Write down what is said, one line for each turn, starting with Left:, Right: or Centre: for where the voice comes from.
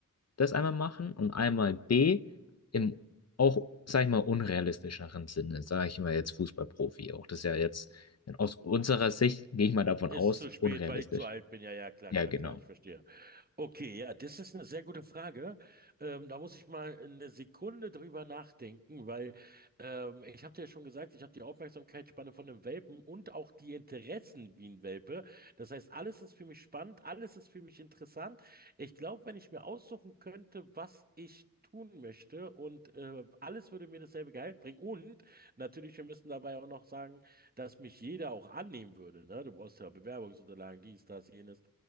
Left: Das einmal machen und einmal B im auch, sag ich mal, unrealistischeren Sinne, sage ich mal jetzt Fußballprofi auch. Das ist ja jetzt in- aus unserer Sicht, gehe ich mal davon
Right: Ist
Left: aus,
Right: zu spät,
Left: unrealistisch.
Right: weil ich zu alt bin. Ja, ja, klar,
Left: Ja,
Right: klar,
Left: genau.
Right: klar, ich verstehe. Okay, ja, das ist eine sehr gute Frage. Ähm, da muss ich mal eine Sekunde drüber nachdenken, weil ähm, ich habe dir ja schon gesagt, ich habe die Aufmerksamkeitsspanne von einem Welpen und auch die Interessen wie ein Welpe. Das heißt, alles ist für mich spannend, alles ist für mich interessant. Ich glaube, wenn ich mir aussuchen könnte, was ich tun möchte und äh, alles würde mir dasselbe Gehalt bringen. Und natürlich, wir müssen dabei auch noch sagen, dass mich jeder auch annehmen würde. Ne? Du brauchst ja Bewerbungsunterlagen, dies, das, jenes.